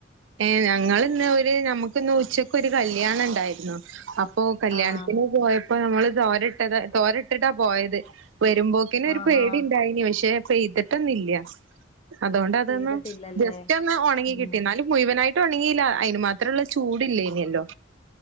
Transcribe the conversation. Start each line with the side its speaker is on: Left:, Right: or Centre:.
Right: ഏ ഞങ്ങള് ഇന്ന് ഒരു നമ്മുക്ക് ഇന്ന് ഉച്ചക്ക് ഒരു കല്യാണം ഉണ്ടായിരുന്നു അ ഇപ്പോ കല്യാണത്തിന്
Left: ആഹ്
Right: പോയ ഇപ്പൊ നമ്മള് തോരട്ടത് തോരട്ടിട്ടാ പോയത് വരുമ്പോക്കിന് ഒരു
Left: ആഹാ
Right: പേടി ഉണ്ടായിന് പക്ഷെ പെയ്തിട്ടൊന്നില്ല അതുകൊണ്ട് അതൊന്ന്
Left: പെയ്തിട്ടില്ലല്ലേ
Right: ജസ്റ്റ് ഒന്ന് ഉണങ്ങി
Left: ഉം
Right: കിട്ടി എന്നാലും ഇവനായിട്ട് ഉണങ്ങിയില്ല അയിന് മാത്രള്ള ചൂടില്ലേനിയല്ലോ